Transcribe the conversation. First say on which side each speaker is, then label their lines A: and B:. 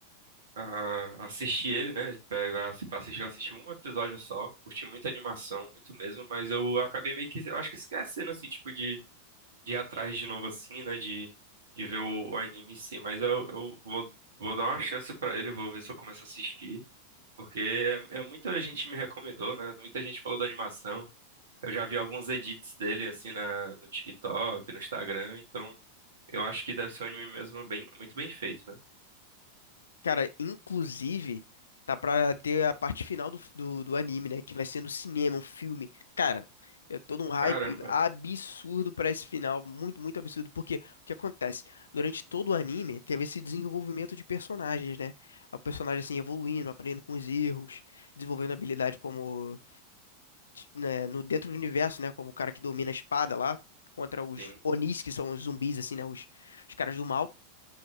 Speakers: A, on the right (about 60°); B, on the left (about 70°).
A: a assistir ele, né? Pegar assim, pra assistir, eu assisti um episódio só, curti muita animação, muito mesmo, mas eu acabei meio que, eu acho que esquecendo, assim, tipo, de, de ir atrás de novo, assim, né? De, de ver o, o anime em si, mas eu, eu vou, vou dar uma chance pra ele, vou ver se eu começo a assistir, porque é, é muita gente me recomendou, né? Muita gente falou da animação, eu já vi alguns edits dele, assim, na, no TikTok, no Instagram, então... Eu acho que deve ser um anime mesmo bem, muito bem feito, né?
B: Cara, inclusive tá pra ter a parte final do, do, do anime, né, que vai ser no cinema, um filme. Cara, eu tô num hype
A: Caramba,
B: absurdo pra esse final, muito, muito absurdo, porque o que acontece? Durante todo o anime teve esse desenvolvimento de personagens, né? O personagem assim evoluindo, aprendendo com os erros, desenvolvendo habilidade como né, no dentro do universo, né, como o cara que domina a espada lá contra os
A: sim,
B: Onis, que são os zumbis assim, né, os, os caras do mal.